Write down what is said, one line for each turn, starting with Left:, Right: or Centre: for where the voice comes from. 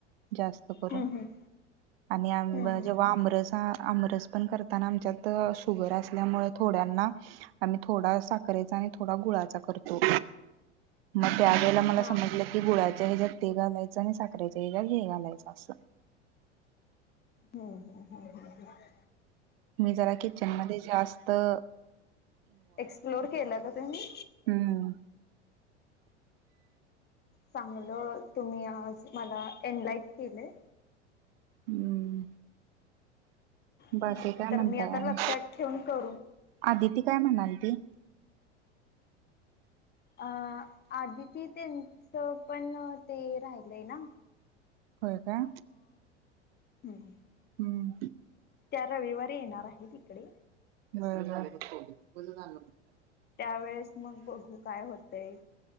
Right: जास्त करून
Left: हम्म हम्म
Right: आणि आम
Left: हम्म हम्म
Right: जेव्हा आमरसा आमरस पण करताना आच्यात अ शुगर असल्यामुळ थोड्यांना आम्ही थोडा साखरेचा थोडा गुळाचा करतो. मग त्या वेळेला मला
Left: हा
Right: समजलं की गुळाच्या हेज्यात ते घालायचं आणि साख रेच्या हेज्यात हे घालायचं अस
Left: हम्म हम्म हम्म हम्म हम्
Right: मी जरा किचन मध्ये जास्त अ
Left: एक्सप्लोर केला का तुम्ही.
Right: हम्म
Left: चांगल तुम्ही आज मला एनलाइट केलंय.
Right: हम्म
Left: हम्म,
Right: बाकीे काय
Left: तर
Right: म्हणताय
Left: मी आता
Right: आणि
Left: लक्षात ठेवून करू
Right: आदिती काय म्हणाल ती.
Left: अं आदिती तेचं पण ते राहिलंय ना?
Right: होय काय
Left: हम्
Right: हम्म
Left: त्या रविवारी येणार आहेत इकडे
Right: <inaudible>
Left: त्यावेेळेस मग
Right: <inaudible>
Left: बघू काय होतय